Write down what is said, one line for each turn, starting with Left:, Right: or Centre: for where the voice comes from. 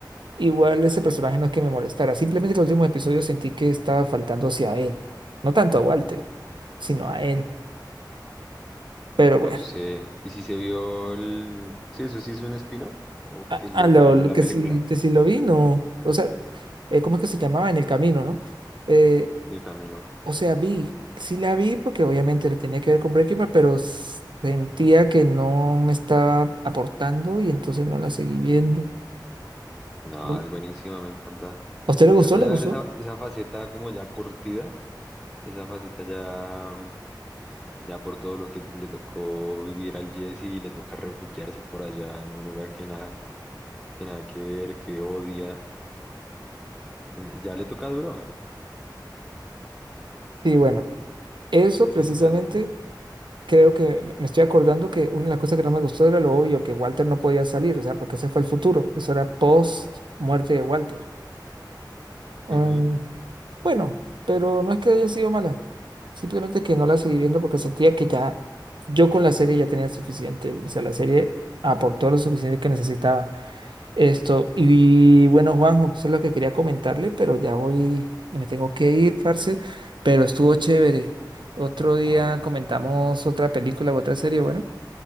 Right: igual ese personaje no es que me molestara, simplemente que el último episodio sentí que estaba faltando hacia él, no tanto a Walter, sino a él. Pero
Centre: No
Right: bueno,
Centre: sé. ¿Y si se vio el... Sí, eso sí es un spin-off? O
Right: a,
Centre: que lo...
Right: a lo,
Centre: Bueno,
Right: lo
Centre: la
Right: que
Centre: película,
Right: sí, que sí lo vi, no. O sea, eh, ¿cómo es que se llamaba? En el camino, ¿no? Eh,
Centre: El Camino.
Right: O sea, vi, sí la vi porque obviamente le tenía que ver con Breaking Bad, pero s- sentía que no me estaba aportando y entonces no la seguí viendo.
Centre: No,
Right: ¿no?
Centre: es buenísima, me encanta.
Right: ¿A usted le
Centre: Me
Right: gustó?
Centre: encanta
Right: ¿Le
Centre: ya
Right: gustó?
Centre: ver esa, esa faceta como ya curtida, esa faceta ya, mm, ya por todo lo que le tocó vivir al Jesse y le toca refugiarse por allá en un lugar que nada, que nada que ver, que odia. Eh, Ya le toca duro.
Right: Sí, bueno, eso precisamente
Centre: Le sirve eso. me-
Right: creo que me me estoy acordando que una de las cosas que no me gustó era lo obvio, que Walter no podía salir, o sea, porque ese fue el futuro, eso era post muerte de Walter. Mm,
Centre: Ujú.
Right: Bueno, pero no es que haya sido mala, simplemente que no la seguí viendo porque sentía que ya yo con la serie ya tenía suficiente, o sea, la serie aportó lo suficiente que necesitaba esto. Y bueno, Juanjo, eso es lo que quería comentarle, pero ya voy, me tengo que ir, parce, pero estuvo chévere. Otro día
Centre: Hágale,
Right: comentamos otra película u otra serie, bueno,